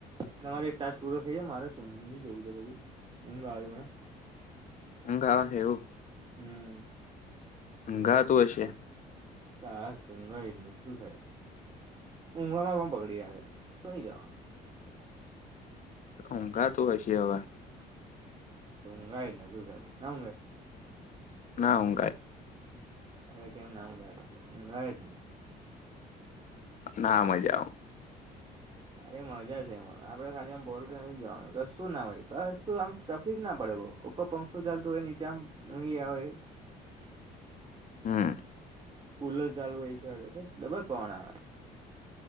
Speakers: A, on the right; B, on the left.
A: તમારે એક તાસ પૂરોથઈ જાય મારે શું છે બધી ઊઘ આવે મને.
B: ઉગ આવે છે એેવું.
A: હમ.
B: ઉધાતું હશે.
A: હાસ ઊઘા જ શું થાય ઊંઘા માં કો પકડી રાખે શુંઈ જવાનું.
B: ઉઘાતું હશે હવે.
A: અંગાયને તુંસારી નમ ઉગાય.
B: ના હું કાય.
A: અરે, કેમ ના ઊંઘાય ઊંઘાય જ ને.
B: ના મજામાં.
A: અરે મજા છે એમાં આપડે ખાલી આમ બોલ કે નહી જવાનું કશું ના હોય આમ. તકલીફ ના પડે ઉપર પંખું ચાલતું હોય નીચેહીયા આવેય.
B: હમ.
A: કુલર ચાલુ હોય છે ડબલ પવન આવે.